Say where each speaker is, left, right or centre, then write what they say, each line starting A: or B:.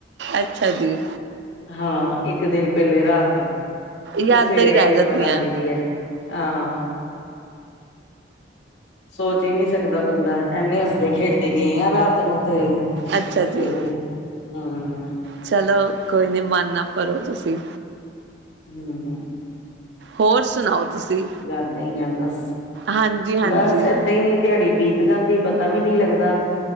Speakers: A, on the right (about 65°); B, on the left (about 75°).
A: ਅੱਛਾ ਜੀ
B: ਹਾਂ ਇੱਕ ਦਿਨ ਪਹਿਲੇ ਰਾਤ ਨੂੰ,
A: ਯਾਦਾਂ
B: ਤੇ ਸਵੇਰੇ
A: ਹੀ ਰਹਿ
B: ਇਹ
A: ਜਾਂਦੀਆਂ
B: ਖ਼ਬਰ ਆਂਦੀ ਪਈ ਐ। ਹਾਂ, ਸੋਚ ਹੀ ਨਹੀਂ ਸਕਦਾ ਬੰਦਾ, ਇੰਨੇ ਹੱਸਦੇ ਖੇਡਦੇ ਗਏ ਆ ਰਾਤ ਨੂੰ। ਤੇ
A: ਅੱਛਾ
B: ਸਵੇਰ
A: ਜੀ
B: ਨੂੰ, ਹੂੰ
A: ਚਲੋ ਕੋਈ ਨੀ, ਮਨ ਨਾ ਭਰੋ ਤੁਸੀਂ।
B: ਹੂੰ,
A: ਹੋਰ ਸੁਣਾਓ ਤੁਸੀਂ
B: ਯਾਦਾਂ ਹੀ ਆ ਬਸ,
A: ਹਾਂਜੀ ਹਾਂਜੀ
B: ਬਸ ਏਦਾਂ ਨਹੀਂ ਦਿਹਾੜੀ ਬੀਤ ਜਾਂਦੀ, ਪਤਾ ਵੀ ਨਹੀਂ ਲੱਗਦਾ।